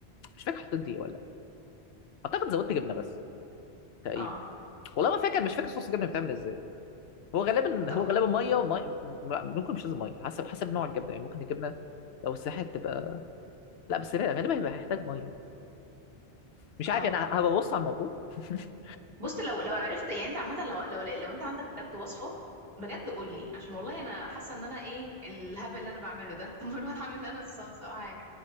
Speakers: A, on the left (about 70°); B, on the right (about 60°).
A: مش فاكر حطيت دي ولا لأ. اعتقد زودت جبنة بس تقريبا
B: اه
A: والله ما فاكر مش فاكر صوص الجبنة بتعمل ازاي هو غالبا
B: طب
A: هو غالبا مية ومي... م- م- ممكن مش لازم مية حسب حسب نوع الجبنة يعني ممكن الجبنة لو سيحت تبقى لا بس غالبا هيبقى هيحتاج مية مش
B: اه
A: عارف انا هبقى ببص على الموضوع <laughs>
B: بص لو لو عرفت يعني انت عامه لو لو لو انت عندك بجد وصفه بجد قول لي عشان والله انا حاسه ان انا ايه الهبل اللي انا بعمله ده <laughs> طب ما اروح اعمل انا الصوص او حاجه